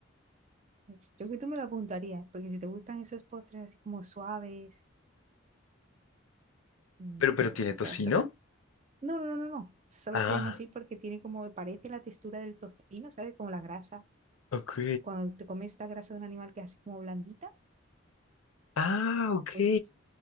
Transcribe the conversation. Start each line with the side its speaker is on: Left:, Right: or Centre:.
Right: Pues, Yo creo que tú me lo apuntarías, ¿eh? porque si te gustan esos postres así como suaves, mm,
Left: Pero,
Right: te
Left: pero
Right: re-
Left: tiene
Right: o
Left: tocino.
Right: sea, so- no, no, no, no. Solo
Left: Ah,
Right: se llama así porque tiene como, parece la textura del tocino, ¿sabes? Como la grasa.
Left: ok.
Right: Cuando te comes esta grasa de un animal que es así como blandita,
Left: Ah, ok.
Right: pues